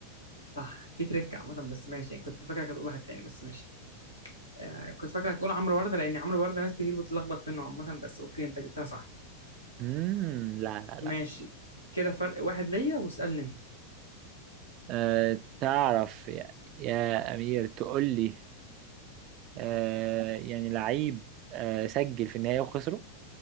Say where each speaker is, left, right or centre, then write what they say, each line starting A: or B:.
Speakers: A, on the left; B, on the right.
A: صح في تريك عامة بس ماشي يعني كنت فاكرك هتقول واحد تاني بس ماشي آه كنت فاكرك هتقول عمرو وردة لان عمرو وردة ناس كتير بتتلخبط منه عامة بس اوكي انت جبتها صح
B: امم لا لا
A: ماشي
B: لا
A: كده فرق واحد ليا واسألني انت
B: أه تعرف يا, يا أمير تقول لي أه يعني لعيب أه سجل في النهاية وخسره